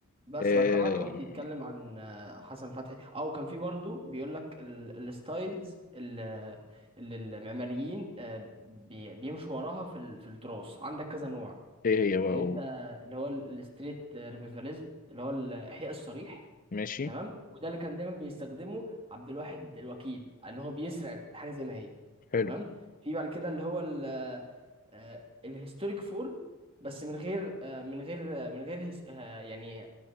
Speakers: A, on the right; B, on the left.
A: بس
B: آه...
A: بعد كده بقى بيقعد يتكلم عن آه، حسن فتحي او كان في برضه بيقول لك ال- الستايلز اللي اللي المعماريين آه، بي- بيمشوا وراها في ال- في التراث عندك كذا نوع
B: ايه هي بقى
A: ان
B: اقول
A: انت اللي هو ال- الستريت آه، ريفيفاليزم اللي هو الاحياء الصريح
B: ماشي
A: تمام وده اللي كان دايما بيستخدمه عبد الواحد الوكيل ان هو بيسرق الحاجه زي ما هي
B: حلو
A: تمام في بعد كده اللي هو ال- آه، الهيستوريك فورم بس من غير آه، من غير آه، من غير هيس- آه، يعني